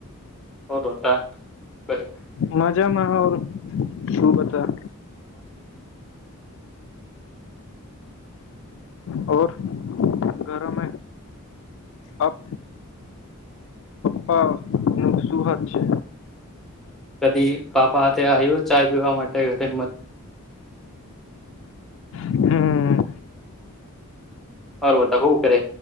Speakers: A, in the centre; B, on the left (about 60°).
A: હોદ ત બ <unintelligible>
B: મજામાં શું બતા. ઓર ઘરોમે અબ પ નું સુુંહદ છે
A: કદી પાપા હાથે આયો ચાય પીવા માટે ઘરે મ
B: હમ.
A: <unintelligible> વાતા હું કરે